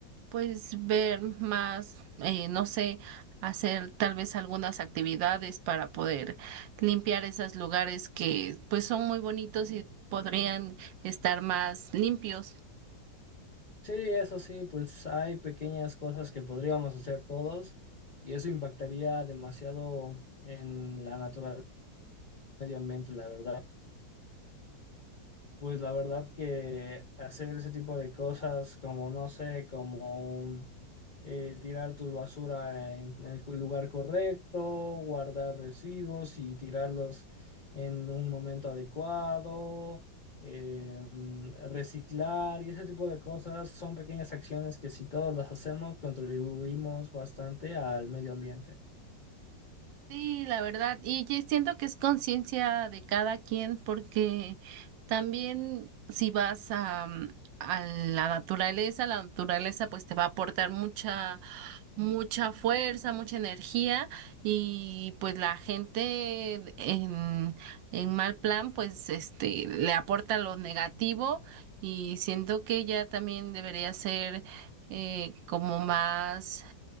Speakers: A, on the right; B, on the left.
A: pues ver más, eh, no sé, hacer tal vez algunas actividades para poder limpiar esos lugares que pues son muy bonitos y podrían estar más limpios.
B: Sí, eso sí, pues hay pequeñas cosas que podríamos hacer todos y eso impactaría demasiado en la naturaleza, y el medio ambiente, la verdad. Pues la verdad que hacer ese tipo de cosas como, no sé, como un, eh, tirar tu basura en, el cu- lugar correcto, guardar residuos y tirarlos en un momento adecuado, eh, mm, reciclar y ese tipo de cosas son pequeñas acciones que si todos las hacemos contribuimos bastante al medio ambiente.
A: Sí, la verdad, y yo siento que es conciencia de cada quien porque también si vas a, mm, a la naturaleza, la naturaleza pues te va a aportar mucha, mucha fuerza, mucha energía y pues la gente en, en mal plan pues este le aporta lo negativo y siento que ya también debería ser eh, como más,